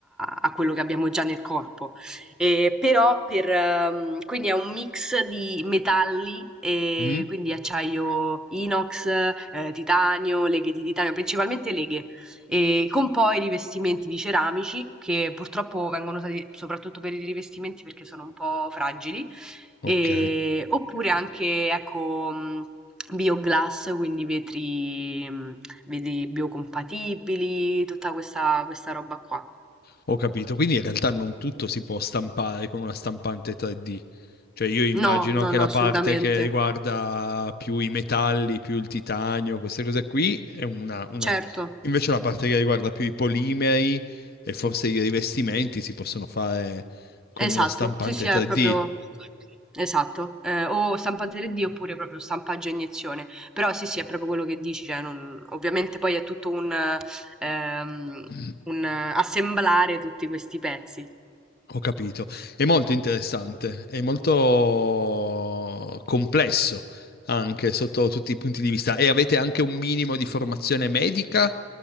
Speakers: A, in the centre; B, on the left (about 45°).
A: a quello che abbiamo già nel corpo. E però per, ehm, quindi è un mix di metalli, e
B: Mm,
A: quindi acciaio inox, eh, titanio, leghe di titanio, principalmente leghe, e con poi rivestimenti di ceramici che purtroppo vengono usati soprattutto per i rivestimenti perché sono un po' fragili.
B: ok,
A: E- oppure anche, ecco, mh, Bioglass, quindi vetri, mh, vetri biocompatibili, tutta questa, questa roba qua.
B: ho capito. Quindi in realtà non tutto si può stampare con una stampante 3D. Cioè io immagino
A: No, no,
B: che
A: no,
B: la
A: assolutamente.
B: parte che riguarda più i metalli, più il titanio, queste cose qui, è una... una...
A: Certo,
B: Invece la parte che riguarda più i polimeri e forse i rivestimenti si possono fare con
A: esatto,
B: una stampante
A: sì, sì, è
B: 3D.
A: proprio esatto. eh, o stampante 3D oppure proprio stampaggio a iniezione. Però sì, sì, è proprio quello che dici, cioè non- ovviamente poi è tutto un, ehm,
B: <clears throat>
A: un eh, assemblare tutti questi pezzi.
B: Ho capito. È molto interessante, è molto complesso anche sotto tutti i punti di vista. E avete anche un minimo di formazione medica